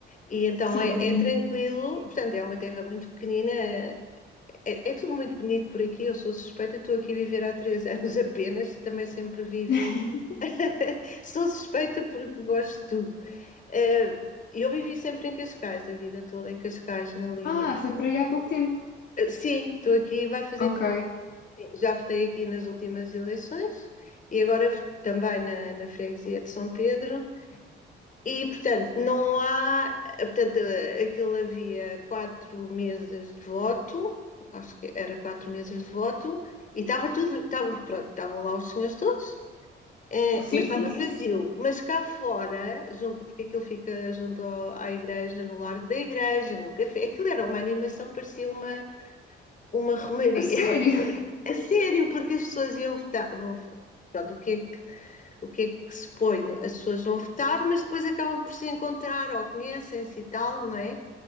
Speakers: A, on the left (about 40°); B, on the left (about 60°).
A: E então
B: Sim.
A: é, é Uhum. tranquilo, portanto é uma terra muito pequenina, é, é tudo muito bonito por aqui, eu sou suspeita, estou aqui a viver há três <laughs> anos apenas, também sempre vivi.
B: <laughs>
A: <laughs> sou suspeita porque gosto de tudo. Eh, E eu vivi sempre em Cascais, a vida toda em Cascais, na linha.
B: Ah, foi para aí há pouco tempo.
A: Eh, Sim, estou aqui, vai fazer.
B: Ok.
A: tri- Já votei aqui nas últimas eleições e agora também na, na freguesia de São Pedro. E, portanto, não há. Portanto, eh, aquilo havia quatro mesas de voto, acho que era quatro mesas de voto, e estava tudo. Estava, pronto, estavam lá os senhores todos, eh,
B: Sim,
A: mas estava
B: sim, sim.
A: vazio. Mas cá fora, junto- porque aquilo fica junto ao- à igreja, no largo da igreja, no café, aquilo era uma animação, parecia uma, uma romaria.
B: A sério?
A: <laughs> A sério, porque as pessoas iam votar. vão- Pronto, o que é que o que é que se põe? As pessoas vão votar, mas depois acabam por se encontrar ou conhecem-se e tal, não é?